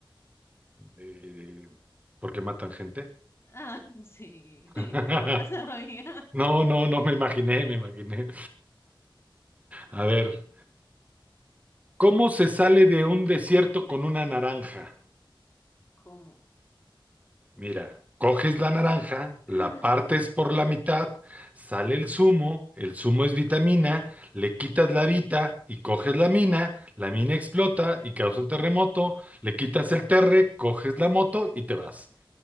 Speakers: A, on the right; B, on the left.
A: Eh, ¿por qué matan gente?
B: Ah, sí,
A: <laughs>
B: <laughs> ya se la sabía.
A: No, no, no me imaginé, me imaginé. A ver. ¿Cómo se sale de un desierto con una naranja?
B: ¿Cómo?
A: Mira, coges la naranja,
B: <laughs>
A: la partes por la mitad, sale el zumo, el zumo es vitamina, le quitas la vita y coges la mina, la mina explota y causa un terremoto, le quitas
B: <laughs>
A: el terre, coges la moto y te vas.